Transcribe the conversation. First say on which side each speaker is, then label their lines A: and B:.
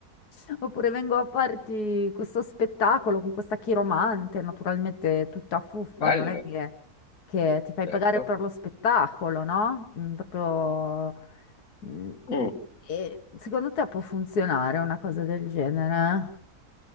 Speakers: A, on the left; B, on the left.
A: <laughs> oppure vengo a farti questo spettacolo con questa chiromante, naturalmente tutta fuffa,
B: bello,
A: non è che che ti fai
B: certo.
A: pagare per lo spettacolo, no? Mm, proprio... mm,
B: Mm.
A: E secondo te può funzionare una cosa del genere?